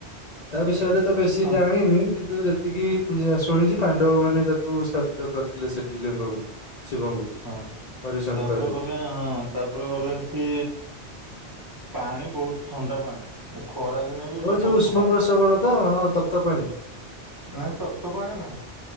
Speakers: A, on the left (about 55°); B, on the right (about 35°).
A: ତା ବିଷୟରେ ତ ବେଶୀ
B: ହୁଁ
A: ଜାଣିନି କିନ୍ତୁ ଯେତିକି ଶୁଣିଛି ପାଣ୍ଡବ ମାନେ ତାକୁ ସ୍ଥାପିତ କରିଥିଲେ ସେଠି ଲିଙ୍ଗଙ୍କୁ ଶିବଙ୍କୁ।
B: ହଁ
A: ହରିଶଙ୍କରରେ
B: ତାପରେ ଗଲା ହଁ ତାପରେ ଗଲେ ସେଠି ପାଣି ବହୁତ ଥଣ୍ଡା ପାଣି। ଏ ଖରା ଦିନେ ବି
A: ଓ
B: ଜବର
A: ଯୋଉ ଉଷ୍ମ
B: ଥଣ୍ଡା।
A: ପ୍ରସବଣ ତ ହଁ ତପ୍ତ ପାଣି।
B: ନାଇ ତପ୍ତ ପାଣି ନୁହଁ